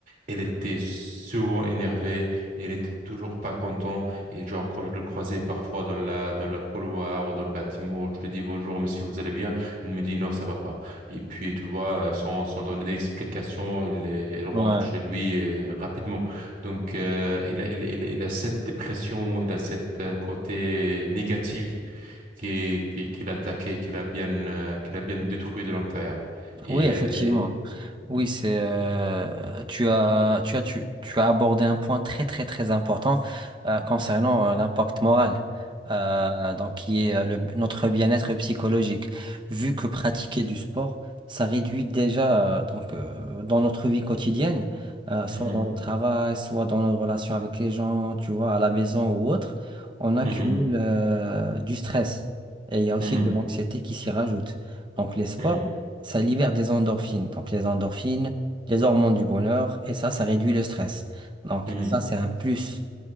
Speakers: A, on the right; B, on the right.
A: elle était souvent énervée, elle était toujours pas contente et genre quand je le croisais parfois dans la dans la couloir ou dans le bâtiment, je lui dis bonjour monsieur, vous allez bien? Elle me dit non, ça va pas. Et puis tu vois, sans sans donner d'explication, elle, est- elle rentre
B: Ouais.
A: chez lui euh, rapidement. Donc euh, il a, il, a il a- il a cette dépression, il a cette euh, côté négatif qui, qui, qui l'a attaqué, qui l'a bien, euh, qui l'a bien détruit de l'intérieur. Et,
B: Oui, effectivement.
A: euh, et... Mhm.
B: Oui, c'est euh, tu as tu as tu, tu as abordé un point très très très important euh, concernant euh, l'impact moral, euh, donc qui est euh, le- notre bien-être psychologique. Vu que pratiquer du sport, ça réduit déjà euh, donc euh, dans notre vie quotidienne, euh, soit
A: Mhm.
B: dans le travail, soit dans nos relations avec les gens, tu vois, à la maison ou autre, on accumule
A: Mhm.
B: euh, du stress et il y a aussi
A: Mhm.
B: de l'anxiété qui s'y rajoute. Donc les sports
A: Mhm.
B: ça libère des endorphines. Donc les endorphines, les hormones du bonheur, et ça, ça réduit le stress. Donc
A: Mhm.
B: ça, c'est un plus